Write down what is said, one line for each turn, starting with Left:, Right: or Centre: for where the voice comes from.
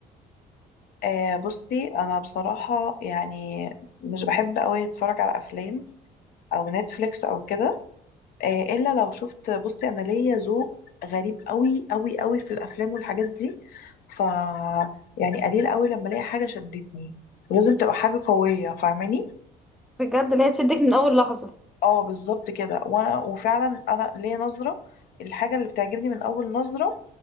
Left: آه، بصي انا بصراحة يعني مش بحب قوي اتفرج على افلام او نتفليكس او كده آه، الا لو شفت بصي انا ليا ذوق غريب قوي قوي قوي في الافلام والحاجات دي ف يعني قليل قوي لما الاقي حاجة شدتني ولازم تبقى حاجة قوية فاهماني
Centre: بجد اللي هي تشدك من أول لحظة
Left: اه بالظبط كده وانا وفعلا انا ليا نظره الحاجه اللي بتعجبني من اول نظره